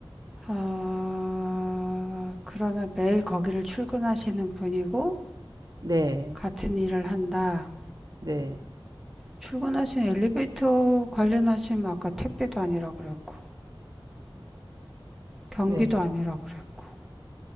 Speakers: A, in the centre; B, on the right.
A: 아, 그러면 매일 거기를 출근하시는 분이고,
B: 네.
A: 같은 일을 한다.
B: 네.
A: 출근하신 엘리베이터 관련하시면 아까 택배도 아니라 그랬고, 경비도
B: 네.
A: 아니라 그랬고,